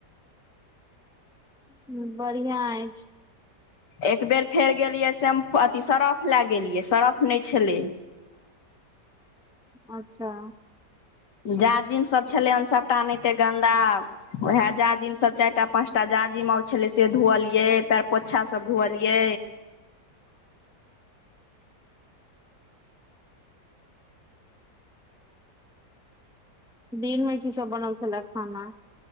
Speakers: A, in the centre; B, on the left.
A: ह बढ़िया अछि
B: एक बेर फेर गेलियै शेम्पू अथ सर्फ लए गेलियै सर्फ नइ छलै
A: अच्छा
B: जाजिम सब छलै हन सबटा एहिते गन्दा होए जा जाजिम सब चारि टा पाच टा जाजिम और छले से धुवलिये पयर पोछा सब धुअलिये
A: दिन में की सब बनल छल खाना